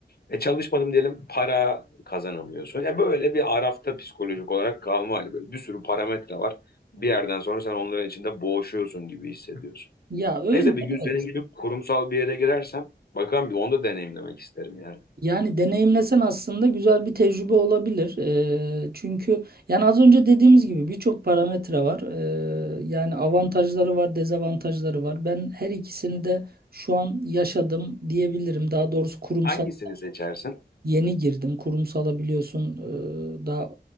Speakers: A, on the left; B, on the right.
A: E çalışmadım diyelim, para kazanamıyorsun. Ya böyle bir arafta psikolojik olarak kalma hali böyle bir sürü parametre var. Bir yerden sonra sen onların içinde boğuşuyorsun gibi hissediyorsun.
B: Ya öyle.
A: Neyse bir gün senin
B: evet.
A: gibi kurumsal bir yere girersem bakalım bir onu da deneyimlemek isterim yani.
B: Yani deneyimlesen aslında güzel bir tecrübe olabilir. Eee, çünkü yani az önce dediğimiz gibi birçok parametre var. Eee, yani avantajları var, dezavantajları var. Ben her ikisini de şu an yaşadım diyebilirim. Daha doğrusu kurumsal
A: Hangisini seçersin?
B: Yeni girdim. Kurumsala biliyorsun e, daha